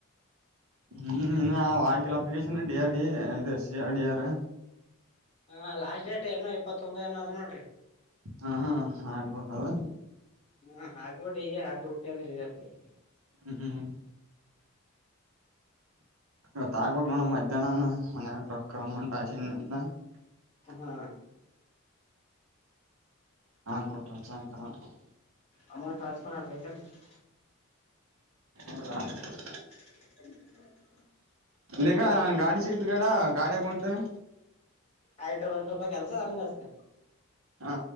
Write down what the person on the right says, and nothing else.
ಹ್ಮ್ ಇನ್ನ ಅವು ಹಾಕಿಲ್ಲ application D R D E C R D R.
ಹಾ ಆಗ್ಬೇಕದು.
ಹ್ಮ್ ಹ್ಮ. ಇವತ್ ಹಾಕ್ಬೇಕು ನೋಡ ಮಧ್ಯಾಹ್ನ ಮನ ರೊಕ್ಕ ಅಮೌಂಟ್ <unintelligible>
ಹಾಕ್ಬೇಕು <unintelligible>
ಹೌದ
ಇಗ ಗಾಡಿ ಸಿಗತ್ ಕಣ ಗಾಡಿಯಗ ಒಂಟಿನ್.
ಹಾ